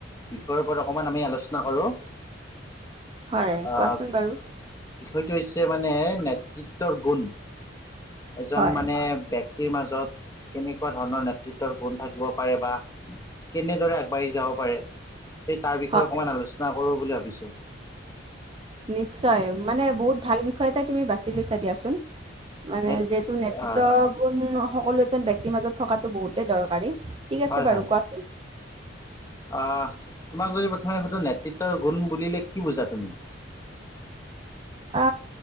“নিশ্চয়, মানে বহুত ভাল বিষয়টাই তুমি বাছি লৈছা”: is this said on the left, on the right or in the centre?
Right